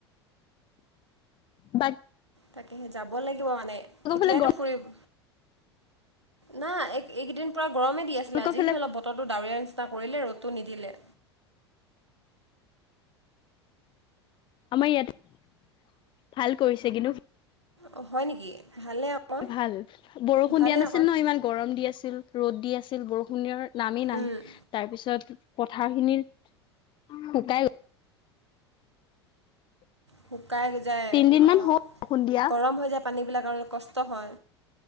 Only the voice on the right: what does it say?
তাকে সে যাব লাগিব মানে এতিয়াটো
ফুৰিব না, এইকেইদিন পূৰা গৰমে দি
আছিলে আজি
সি অলপ বতৰো ডাৱৰীয়া নিচিনা কৰিলে ৰ'দটো নিদিলে।
অ', হয় নেকি। ভালেই আকৌ
ভালেই
আকৌ
উম,
শুকাই যায়।
অ',
গৰম হৈ যায় পানী বিলাক আৰু কষ্ট হয়।